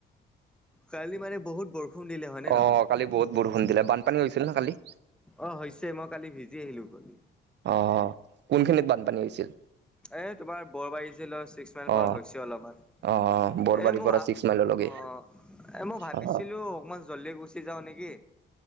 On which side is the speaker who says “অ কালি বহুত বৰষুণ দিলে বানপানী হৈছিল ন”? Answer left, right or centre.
Right